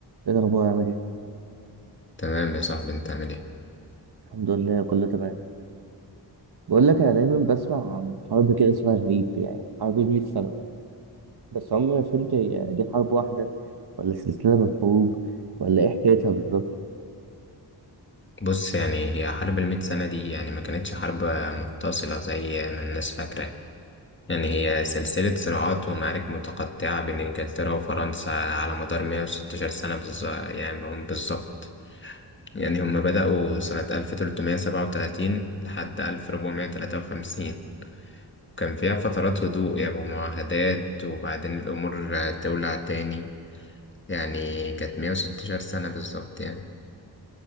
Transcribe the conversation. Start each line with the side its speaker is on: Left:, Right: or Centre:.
Right: ايه الاخبار عامل ايه
Left: تمام يا صاحبي انت عامل ايه
Right: الحمد لله كله تمام بقول لك انا دايما بسمع عن حرب كده اسمها غريب يعني حرب المية سنه بس عمري ما فهمت هي دي حرب واحده ولا سلسله من الحروب ولا ايه حكايتها بالظبط
Left: بص يعني هي حرب المئة سنة دي يعني ما كانتش حرب متصلة زي ما الناس فاكرة يعني هي سلسلة صراعات ومعارك متقطعة بين انجلترا وفرنسا على مدار 116 سنة بالظ... يعني هم بالظبط يعني هم بدأوا سنة 1337 لحد 1453 كان فيها فترات هدوء يعني ومعاهدات وبعدين الأمور تولع تاني يعني كانت 116 سنة بالظبط يعني